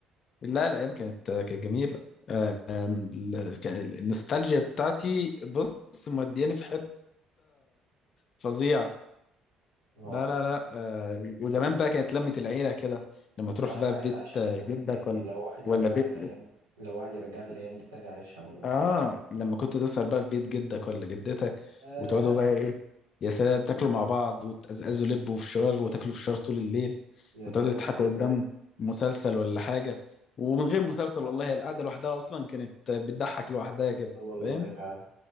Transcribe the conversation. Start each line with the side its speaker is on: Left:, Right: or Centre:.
Left: لا الايام كانت كانت جميله آه، ال- كان- النوستالجيا بتاعتي بص مودياني في حته فظيعه
Right: اه
Left: لا لا لا آه، وزمان بقى كانت لمه العيله كده لما
Right: والله
Left: تروح بقى
Right: أنا عايز
Left: في بيت
Right: أعيش الأيام
Left: آه، جدك
Right: دي تاني
Left: ولا
Right: لو واحد يرجعني
Left: ولا بيت
Right: الأيام لو واحد يرجعني الأيام دي تاني أعيشها والله
Left: اه لما كنت تسهر بقى في بيت جدك ولا جدتك
Right: آه
Left: وتقعدوا بقى ايه يا سلام تاكلوا مع بعض وتقزقزوا لب وفشار وتاكلوا فشار طول الليل
Right: يا
Left: وتقعدوا
Right: سلام
Left: تضحكوا
Right: يا سلام
Left: قدام مسلسل ولا حاجة ومن
Right: لا
Left: غير مسلسل والله هي القعدة لوحدها أصلا كانت بتضحك لوحدها كده
Right: والله
Left: فاهم
Right: فعلا